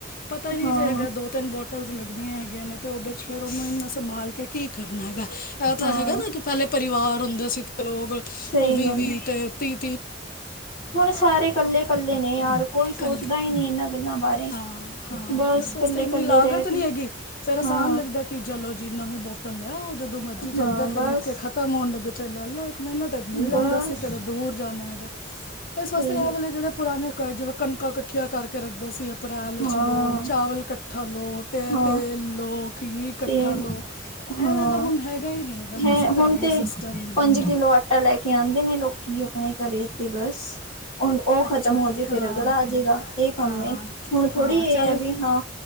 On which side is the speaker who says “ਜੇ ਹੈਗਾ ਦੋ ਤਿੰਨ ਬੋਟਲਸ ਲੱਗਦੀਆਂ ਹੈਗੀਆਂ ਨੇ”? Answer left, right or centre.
Left